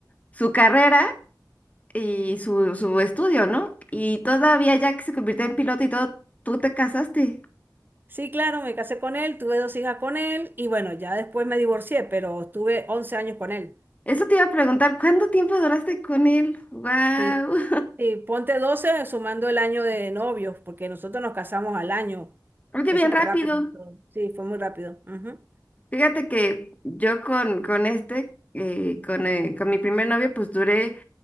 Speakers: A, on the left; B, on the right.
A: su carrera y su, su estudio, ¿no? Y todavía ya que se convirtió en piloto y todo, tú te casaste.
B: Sí, claro, me casé con él, tuve dos hijas con él y bueno, ya después me divorcié, pero estuve 11 años con él.
A: Eso te iba a preguntar, ¿cuánto tiempo duraste con él? ¡Wow!
B: Sí, sí, ponte 12 sumando el año de novios, porque nosotros nos casamos al año.
A: <laughs> Oye,
B: Fue
A: bien
B: súper
A: rápido.
B: rápido. todo. Sí, fue muy rápido. ujú.
A: Fíjate que yo con, con este, eh, con, eh, con mi primer novio, pues duré